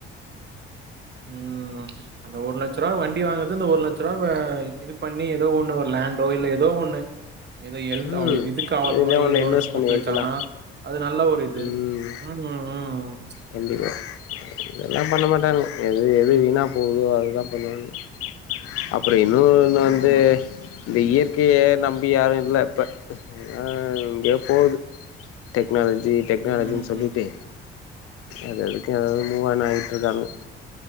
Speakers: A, on the right (about 35°); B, on the left (about 50°).
A: உம் அந்த ஒரு லட்சம் ரூபா வண்டி வாங்ற ந்து ஒரு லட்ச ரூவாவ இது பண்ணி ஏதோ ஒண்ணு ஒரு லேண்டோ இல்ல ஏதோ ஒண்ணு ஏதோ எல்த
B: ம்
A: அவ இதுக்கு அவாத
B: இதுலயே
A: மாரி
B: ஒன்னு
A: ஏதோ
B: இன்வெஸ்ட்
A: ஒண்ணு போட்டு
B: பண்ணி வைக்கலா
A: வெச்சானா அது நல்ல ஒரு இது
B: ம்
A: உம் உஹ்ம்
B: கண்டிப்பா இதெல்லா பண்ண மாட்டானுங்க
A: அ,
B: எது எது
A: ம்.
B: வீனா போகுதோ அதுதா பண்ணுவானுங்க அப்ற இன்னொரு ஒன்னு வந்து
A: ஆமா.
B: இந்த இயற் கயே நம்பி யாரு இல்ல இப்ப அஹ் எங்கயொ போது டெக் னாலஜி டெக்னாலஜின்னு
A: ம்,
B: சொல்லிட்டு
A: ம்.
B: அததுக்கு அதது மூவ் ஆன் ஆய்ட்ருக்காங்க